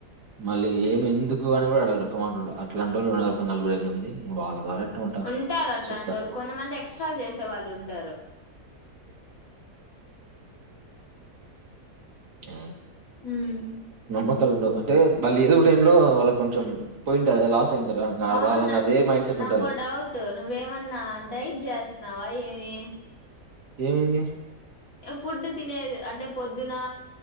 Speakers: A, on the right; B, on the left.
A: మళ్ళీ ఏం ఎందుకు అని కూడా అడగరు ఒక మాట కూడ అట్లాంటోళ్ళు ఉన్నరు ఒక నలుగురైదు మంది ఇంక వాళ్ళ ద్వారా ఎట్నోట
B: ఉంటారు అట్లాంటి
A: చెప్తా
B: వాళ్ళు కొంతమంది ఎక్స్ట్రాలు చేసే వాళ్ళు ఉంటారు
A: ఆ
B: ఉమ్
A: నమ్మకాలు ఉండవు అంటే మళ్ళీ ఏదో ఒక టైం లో వాళ్ళకి కొంచెం పోయింటాది లాస్ అయింటారా
B: అవును
A: వాళ్ళకి
B: నా
A: అదే మైండ్ సెట్
B: నాకు
A: ఉంటది
B: ఓ డౌట్ నువ్వేమన్నా డైట్ చేస్తున్నావా ఏ హుమ్మ్
A: ఏమైంది
B: ఫుడ్ తినేది అంటే పొద్దునా